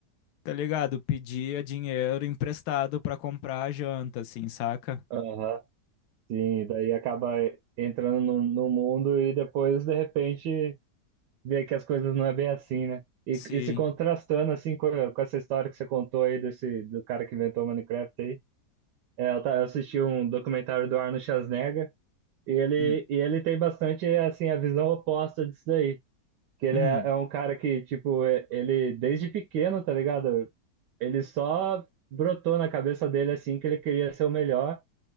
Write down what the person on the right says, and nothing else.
aham. Sim, daí acaba entrando no, no mundo e depois, de repente, vê que as coisas não é bem assim, né? E,
e se contrastando, assim, com, com essa história que você contou aí, desse, do cara que inventou o Minecraft aí, é, eu, ta- eu assisti um documentário do Arnold Schwarzenegger e ele,
e ele tem bastante, assim, a visão oposta disso daí. Que ele
é, é um cara que, tipo, é- ele, desde pequeno, tá ligado? Ele só brotou na cabeça dele, assim, que ele queria ser o melhor